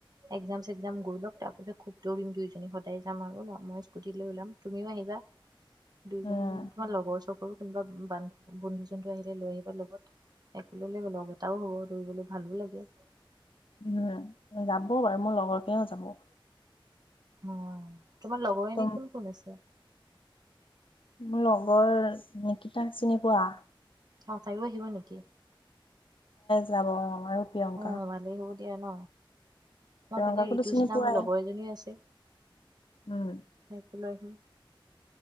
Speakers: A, on the right; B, on the left.
A: একজাম চকজাম গৈ লওক তাৰ খুব দৌৰিম দুইজনী যাম আৰু ন মই স্কুটি লৈ ওলাম তুমিও আহিবা। দুয়জনী
B: উম
A: জাম তোমাৰ লগৰ চগৰো কোনোবা বান বন্ধুজন লৈ আহিলে লৈ আহিব লগত একেলে গ'ল লগ এটাও হ'ব দৌৰিবলৈ ভালো লাগে <unintelligible>
B: উম যাবও বাৰু মোৰ লগৰকেইও যাব <unintelligible>
A: উ তোমাৰ লগৰ
B: ত
A: এনী কোন কোন আছে
B: মোৰ লগৰ নিকটাক চিনি পোৱা
A: অ তাইো আহিব নেকি
B: যাব আৰু প্ৰিয়ংকা
A: অ ভালেই হ'ব এতিয়া ন মই
B: প্ৰিয়ংকাকোতো
A: ফালে ঋতুস
B: চিনি
A: না
B: পোৱাই
A: মোৰ লগৰ এজনী আছে
B: উম
A: তাই লৈ আহিম